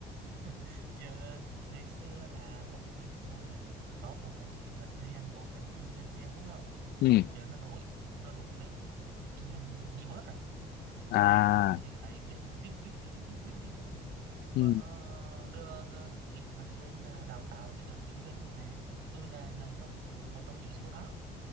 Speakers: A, on the right (about 80°); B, on the left (about 70°).
A: <laughs> giờ à, ngày xưa là công ty tôi là có bộ phận kỹ thuật riêng bộ phận kinh doanh riêng đúng không
B: ừ
A: giờ nó đổi nó đổi mấy kinh doanh đi bớt rồi
B: à
A: Đó, nó giữ lại mấy thằng vip vip vip vip vip vip rồi còn
B: ừ
A: nó đưa ờ, kỹ thuật lên ờ, đào tạo để làm kinh doanh luôn nè tôi là nằm trong một trong những số đó